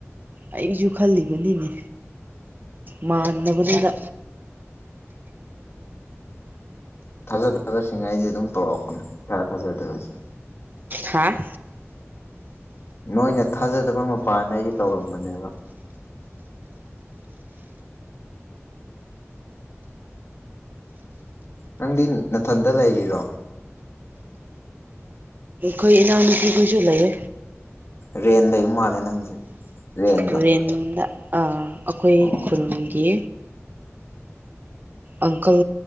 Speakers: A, on the right; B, on the left.
A: ꯑꯩꯁꯨ ꯈꯜꯂꯤꯕꯅꯤꯅꯦ ꯃꯥꯟꯗꯕꯗꯨꯗ
B: ꯊꯥꯖ ꯊꯗꯁꯤꯡꯉ ꯑꯩꯁꯦ ꯑꯗꯨꯝ ꯇꯧꯔꯛꯄꯅꯦꯥ ꯊꯥꯖꯗꯕꯁꯦ
A: ꯍꯥꯥ
B: ꯅꯣꯏꯅ ꯊꯥꯖꯗꯕ ꯃꯄꯥꯅ ꯑꯩꯗꯤ ꯇꯧꯔꯝꯕꯅꯦꯕ ꯅꯪꯗꯤ ꯅꯥꯊꯟꯗ ꯂꯩꯔꯤꯔꯣ
A: ꯈꯣꯏ ꯏꯅꯥꯎꯅꯄꯤ ꯀꯨꯖꯨ ꯂꯩꯌꯦ
B: ꯔꯦꯟ ꯂꯩ ꯃꯥꯜꯂꯦ ꯅꯪꯁꯦ ꯔꯦꯟꯔꯣ
A: ꯇꯨꯔꯦꯟꯗ ꯑꯩꯈꯣꯏ
B: ꯑꯣ
A: ꯈꯨꯟꯒꯤ ꯑꯪꯀꯜ